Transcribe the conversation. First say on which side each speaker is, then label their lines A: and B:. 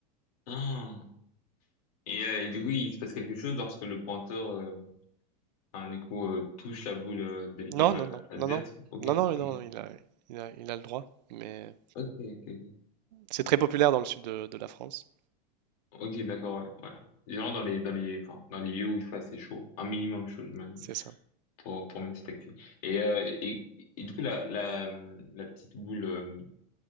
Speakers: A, on the left (about 60°); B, on the right (about 85°).
A: Ah. Et, euh, et du coup, il se passe quelque chose lorsque le pointeur, euh, enfin, du coup, euh, touche la boule euh, de l'équipe
B: Non, non, non,
A: adverse.
B: non, non,
A: Ok,
B: non, non, non,
A: ok,
B: il a, il a, il a le droit, mais.
A: ok, ok, ok,
B: C'est très populaire dans le sud de, de la France,
A: Ok, d'accord, ouais, ouais. genre dans les dans les enfin dans les lieux où il fait assez chaud, un minimum chaud, j'imagine.
B: c'est ça.
A: pour, pour une petite activité. Et, euh, et, et du coup, la, la, la petite boule euh,